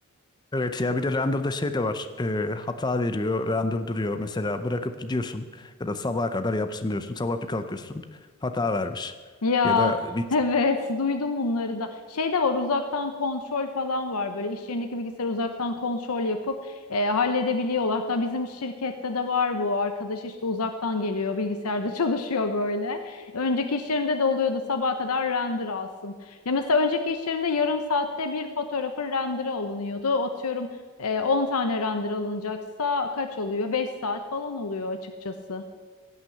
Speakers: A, on the left (about 20°); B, on the left (about 80°).
A: Evet ya bir de render'da şey de var. Ee, hata veriyor, render duruyor. Mesela bırakıp gidiyorsun ya da sabaha kadar yapsın diyorsun. Sabah bir kalkıyorsun hata vermiş.
B: Ya
A: Ya da
B: <laughs>
A: bir...
B: evet duydum bunları da. Şey de var uzaktan kontrol falan var. Böyle iş yerindeki bilgisayar uzaktan kontrol yapıp e, halledebiliyorlar. Hatta bizim şirkette de var bu. Arkadaş işte uzaktan geliyor bilgisayarda <laughs> çalışıyor böyle. Önceki iş yerimde de oluyordu sabaha kadar render alsın. Ya mesela önceki iş yerimde yarım saatte bir fotoğrafın renderı alınıyordu. Atıyorum e, 10 tane render alınacaksa kaç oluyor? 5 saat falan oluyor açıkçası.